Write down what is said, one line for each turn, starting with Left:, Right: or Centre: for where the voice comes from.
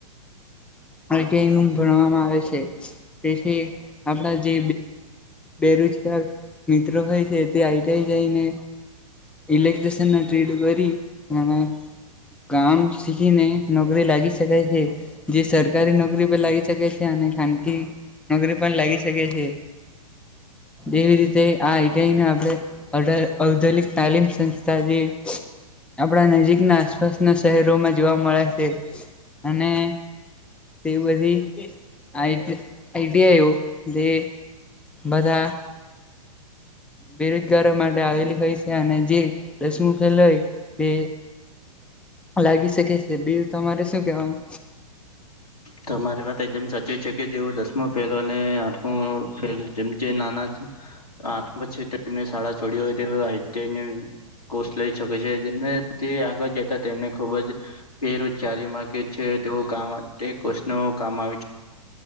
Centre: ગ ભણવામાં આવે છે તેથી આપણા જે. રજ મિત્ર હોય છે એ તે આઈટ જાયને. લેક્ટ્રીિસન ટ્રેડ કરી નામે. કામ શીખીને નોકરી લાગી શકાય છે જે સર. સરકારી નોકરી પણ લાગી શકે છે અને ખાનગી નોકરી પણ લાગી શકે છે. એવી રીતે આ આઈડઆઈને આપણે ઔધલિક તાલીમ સંસ્થા. હ <unintelligible> આપણા નજીકના આસપાસના શહેરોમાં જોવા મળે છે અને. તે અસીી આઈ આઈડિયાઓ તે. બધા. બેરોજગારો માટે આવેલી હોય છે અને જે રસમું ફેલ હોય તે. લાગી શકે છે બિલ તમારે શું કેવાનું.
Left: તમારી વાત એકદમ સાચે છે કે જેવ દસમાં ફેલો અને આઠમ ફેલ જેમ જે નાના. આઠમાંછટ. એને શાળા છોડી હોય તે કોર્સ લઈ શકે છે જેમને તે આગળ. તેમને ખુબ જ બેરોજગારી મામાંગે છે તેવું કામ. તે કોષ્નો કામ આવે છે.